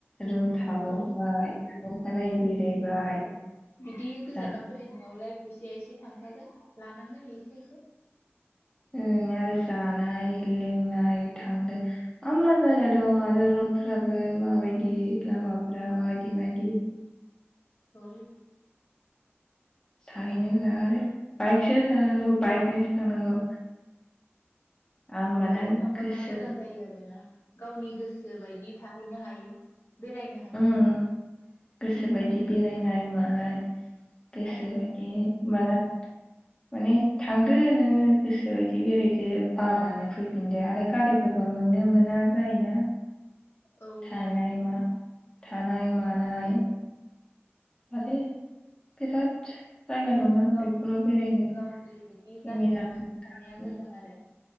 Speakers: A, on the left; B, on the left.
A: रुम थाबावबाय
B: औ
A: अखानायै बेरायबाय
B: बिदि गोजानाव
A: जा
B: बेरायनायावलाय फैसाया एसे थांखागोन लानांगोन एसे एसे
A: उम आरो जानाय लोंनाय थांनो मा मा जायगा दं आरो रडफ्राबो माबायदि लामाफोरा माबायदि माबायदि
B: औ
A: थाहैनोफोरा आरो बाइकसो थानांगौ बाइकजोंसो थांनांगौ आं होमबाना
B: बाइकजों थांबा
A: गोसो
B: मोजां जायो आरोना गावनि गोसो बायदि थाहैनो हायो बेरायनो हायो
A: उम गोसोबायदि
B: औ
A: बेरायनाय मानाय गोसो बायदि माला माने थांदो नोङो गोसो बायदि बेरायदो बाबानो फैफिनदो आरो गारिफोरबा मोनो मोना जायोना।
B: औ
A: थानाय मा थानाय मानाय आरो बिराद जायगा दङ
B: गाव
A: बेफोराव बेरायनो
B: गावनि बिदि
A: केमेरा
B: गारि लाना थांखानाया मोजां आरो